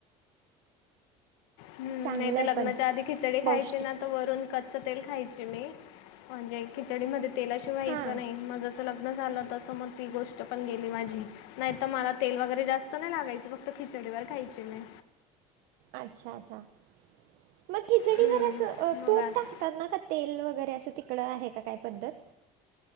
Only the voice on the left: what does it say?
हम्मं
नाहीं तरं
लग्नांच्या
आधी खिचडी
खायची नां तरं वरून कच्च तेल खायाची मी म्हणजे खिचडी मध्ये तेला आ शिव्हाय
व्हायचं नाहीं माझं लग्न झालं तसं मग ती गोष्ट पण गेली माझी. नाही तर मला तेल वगैरे जास्त नाही लागायचं फक्त खिचडीवर खायची मी.
हम्म,
मग
आता